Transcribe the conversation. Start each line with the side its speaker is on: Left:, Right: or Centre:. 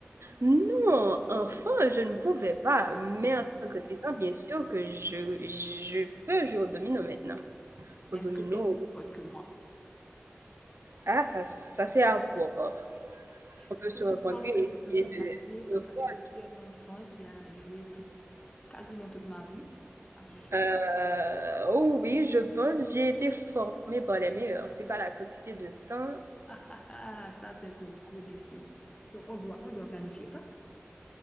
Right: Non, enfin je ne pouvais pas, mais
Left: Quand même,
Right: en grandissant,
Left: Non?
Right: bien sûr que je je peux jouer au domino maintenant.
Left: Mais
Right: Au
Left: Est-ce
Right: domino,
Left: que tu es plus forte que moi?
Right: ah ça ça c'est à voir. On peut
Left: Est-ce
Right: se
Left: que
Right: rencontrer
Left: tu penses
Right: et
Left: que tu
Right: essayer
Left: peux me
Right: de
Left: gagner en
Right: de
Left: tant
Right: voir.
Left: que jeune enfant qui a joué tout, quasiment toute ma vie à ce jeu?
Right: Heu, oh oui, je pense, j'ai été formée par les meilleurs. C'est pas la quantité de temps.
Left: Ah, ah, ah, ça, c'est un gros défi. Donc, on doit, on doit planifier ça.